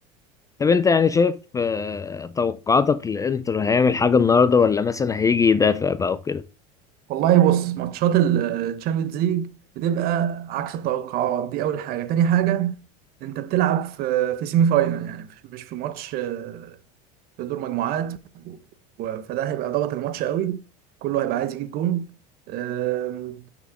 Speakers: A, on the left; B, on the right.
A: طب انت يعني شايف آه توقعاتك للانتر هيعمل حاجة النهاردة ولا مثلا هيجي يدافع بقى وكده
B: والله بص ماتشات الشامبيونز ليج بتبقى عكس التوقعات دي اول حاجه تاني حاجه انت بتلعب في في سيمي فاينال يعني مش مش في ماتش آه، في دور مجموعات و- فده هيبقى ضغط الماتش قوي كله هيبقى عايز يجيب جون آم،